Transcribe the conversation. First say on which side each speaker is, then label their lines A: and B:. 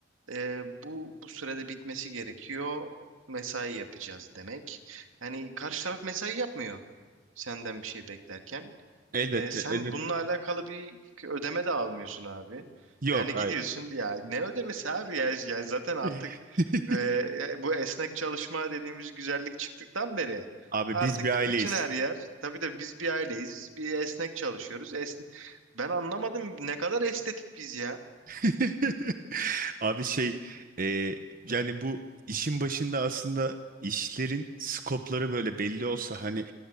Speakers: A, on the right (about 80°); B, on the right (about 45°).
A: e, bu bu sürede bitmesi gerekiyor. Mesai yapacağız demek. Yani karşı taraf mesai yapmıyor senden bir şey beklerken.
B: Elbette,
A: E, sen
B: elbette.
A: bununla alakalı bir ödeme de almıyorsun abi.
B: Yok,
A: Yani gidiyorsun
B: hayır.
A: ya ne ödemesi abi ya, ya zaten artık
B: <laughs>
A: e, e, bu esnek çalışma dediğimiz güzellik çıktıktan beri
B: Abi
A: artık
B: biz bir aileyiz.
A: bütün her yer tabii de biz bir aileyiz bir esnek çalışıyoruz. Esn ben anlamadım ne kadar estetik biz ya.
B: <laughs> Abi şey e, yani bu işin başında aslında işlerin skopları böyle belli olsa hani